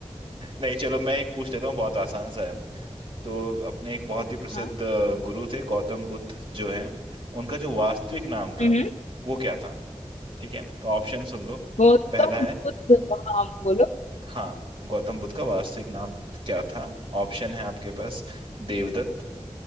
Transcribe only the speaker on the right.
नहीं चलो मैं एक पूछ लेता हूँ बहुत आसान सा है तो अपने एक बहुत ही प्रसिद्ध
अ, गुरु थे गौतम बुद्ध जो है उनका जो वास्तविक नाम था
वो क्या था ठीक है तो ऑप्शन सुन लो
पहला है
हाँ गौतम बुद्ध का वास्तविक नाम क्या था ऑप्शन है आपके पास देवदत्त